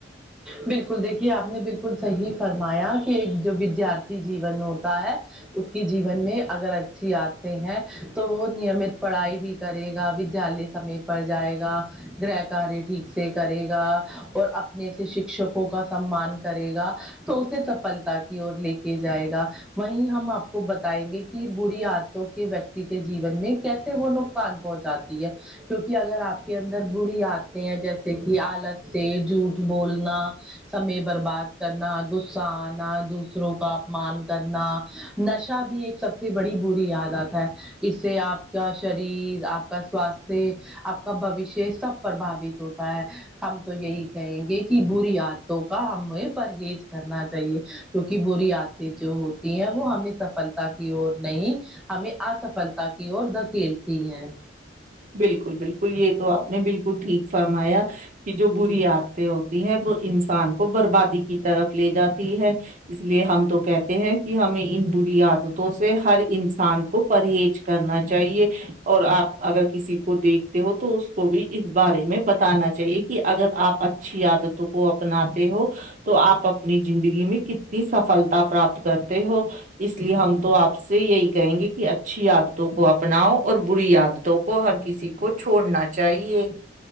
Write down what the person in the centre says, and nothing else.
بالکل دیکھیے آپ نے بالکل صحیح فرمایا کہ ایک جو ودیارت تی جیون ہوتا ہے اس کی جیون میں اگر اچھی عادتیں ہیں تو وہ نیمت پڑھائی بھی کرے گا ودھیالے سمے پر جائے گا گرہ کاریہ ٹھیک سے کرے گا اور اپنے سے شکشکوں کا سمان کرے گا تو اسے سفلتا کی اور لے کے جائے گا وہیں ہم آپ کو بتائیں گے کہ بری آتوں کے ویکتی کے جیون میں کیسے وہ نق صان پہنچاتی ہے کیونکہ اگر آپ کے اندر بری آتیں ہیں جیسے کہ آلس سے جھوٹ بولنا سمے برباد کرنا غصہ آنا دوسروں کا اپمان کرنا نشہ بھی ایک سب سے بڑی بری یادات ہے اس سے آپ کا شریر آپ کا سواستھ آپ کا بوشیہ سب پرباوت ہوتا ہے ہم تو یہی کہیں گے کہ بری عادتوں کا ہمیں پرہیز کرنا چاہیے کیونکہ بری عا جو ہوتی ہیں وہ ہمیں سفلتا کی اور نہیں ہمیں اسفلتا کی اور دھکیلتی ہیں